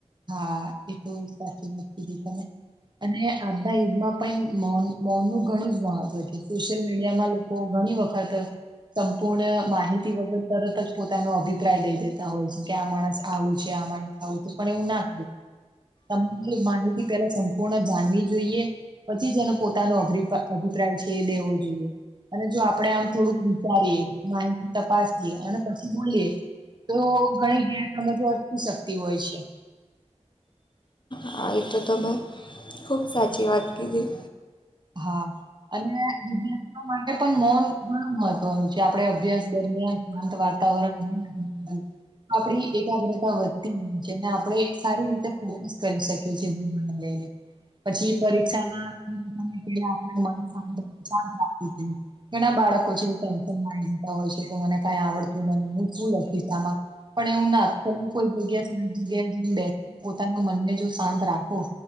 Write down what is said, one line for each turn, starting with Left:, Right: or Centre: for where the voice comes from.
Right: હા એ તો સાચી વાત છે. અને આજ ના યુગમાં પણ <unintelligible> મૌન નું ઘણું જ મહત્વ છે. સોશિયલ મીડિયામાં લોકો ઘણી વખત સંપૂર્ણ માહિતી વગર તરત જ પોતાનો અભિપ્રાય લઈ દેતા હોય છે. કે આ માણસ આવું છે. આમાં આવું હતું પણ એવું ના <inaudible> માહિતી સંપૂર્ણ જાણવી જોઈએ. પછી તેનો પોતાનો અભિ અભિપ્રાય લેવો જોઈએ. અને જો આપણેે આમ થોડુંક વિચારીએ, માહિતી તપાસીએ, અને પછી બોલીએ. તો ઘણી ઘેર સમજ અટકી શકતી હોય છે.
Left: હા એ તો તો ખૂબ સાચી વાત કીધી.
Right: હા અને <inaudible> માટે પણ મોન ઘણું મહત્વનું છે. કે આપણે અભ્યાસ દરમિયાન શાંત વાતાવરણ <unintelligible> આપણી એકાગ્રતા વધતી હોય છે. આપણે સારી રીતે ફોકસ કરી શકીએ છીએ. ભણવાને લઈને. પછી પરીક્ષા માં આપણે મન શા શાંત રાખવું જોઈએ. ઘણા બાળકો છે. ટેન્શન તા હોય છે, કે મને કઈ આવડતું નથી, હું શું લખીશ. આમાં? પણ એવું ના અત્યારે કોઈ જગ્યા સાત જગ્યા જે બેઠ પોતાના મનને જો શાંત રાખો.